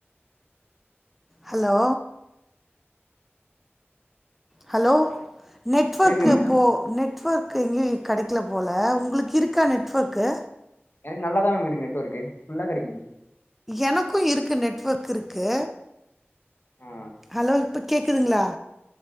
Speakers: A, in the centre; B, on the left (about 55°).
A: ஹலோ ஹலோ நெட்வர்க்கு
B: கேக்குதுங்களா மேம்
A: போ நெட் நெட்வர்க்கு எங்கேயு கெடக்கல போல உங்களுக்கு இருக்கா நெட்வொர்க்கு
B: எனக்கு நல்லா தா மேம் இருக்கு நெட்வொர்க்கு ஃபுல்லா கெடக்கிது
A: எனக்கும் இருக்கு நெட்வொர்க் இருக்கு
B: ஆ
A: ஹலோ இப்போ கேக்குதுங்களா